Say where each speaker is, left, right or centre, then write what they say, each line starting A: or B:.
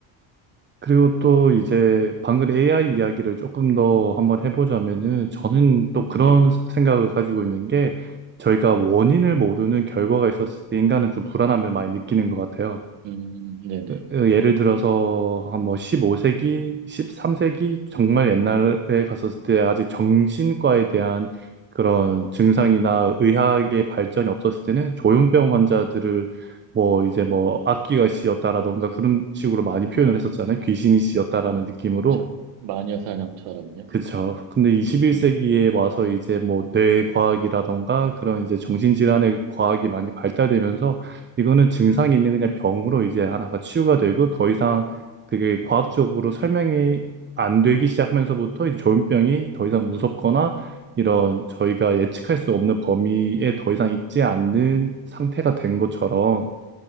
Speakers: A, on the right (about 25°); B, on the right (about 75°).
A: 그리고 또 이제 방금 AI 이야기를 조금 더 한번 해보자면은 저는 또
B: 네,
A: 그런 생각을 가지고 있는 게 저희가 원인을 모르는 결과가 있었을 때 인간은 좀 불안함을 많이 느끼는 것 같아요.
B: 음 네네
A: 어, 어, 예를 들어서 한 뭐 15세기, 13세기 정말 옛날에 갔었을 때 아직 정신과에 대한 그런 증상이나 의학의 발전이 없었을 때는 조현병 환자들을 뭐 이제 뭐 악귀가 씌었다라던가 그런 식으로 많이 표현을 했었잖아요. 귀신이 씌었다라는
B: 어,
A: 느낌으로.
B: 저 마녀 사냥처럼요.
A: 그쵸. 근데 21세기에
B: 음,
A: 와서 이제 뭐 뇌과학이라던가 그런 이제 정신질환의 과학이 많이 발달되면서 이거는 증상이 있는 그냥 병으로 이제 하나가 치유가 되고 더 이상 그게 과학적으로 설명이 안 되기 시작하면서부터 이 조현병이 더 이상 무섭거나 이런 저희가 예측할 수 없는 범위에 더 이상 있지 않는 상태가 된 것처럼